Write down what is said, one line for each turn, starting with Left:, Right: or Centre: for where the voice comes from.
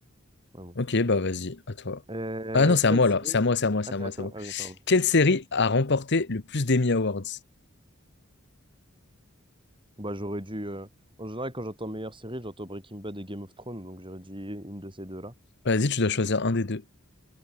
Right: Ouais, ouais.
Left: Ok, bah vas-y, à toi.
Right: Euh,
Left: Ah non, c'est
Right: quelle
Left: à moi
Right: série?
Left: là. C'est à moi, c'est à moi, c'est
Right: Ah, c'est
Left: à moi,
Right: à
Left: c'est
Right: toi.
Left: à moi.
Right: Ah oui, pardon.
Left: Quelle série a remporté le plus d'Emmy Awards?
Right: Bah, j'aurais dû. euh, En général, quand j'entends meilleure série, j'entends Breaking Bad et Game of Thrones, donc j'aurais dit une de ces deux-là.
Left: Vas-y, tu dois choisir un des deux.